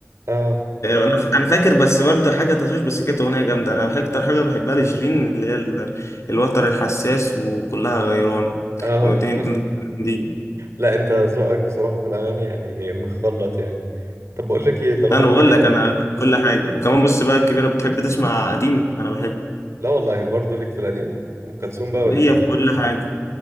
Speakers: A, on the right; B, on the left.
A: اه
B: انا ف- أنا فاكر بس برضه حاجه تشوش بس كانت اغنيه جامده انا بحب- اكتر حاجه بحبها
A: صح
B: لشيرين اللي هي ال- الوتر الحساس وكلها غيرانه
A: اه
B: ودي
A: <laughs>
B: دي, دي. دي.
A: لا انت ذوقك بصراحة في الاغاني يعني مخلط يعني طب بقول لك ايه طالما
B: انا
A: انت
B: بقول
A: كده
B: لك انا كل حاجه وكمان بص بقى الكبيره بتحب تسمع قديم انا بحب
A: لا والله برضه ليك في القديم ام كلثوم بقى ولا
B: هي
A: ايه
B: في كل حاجه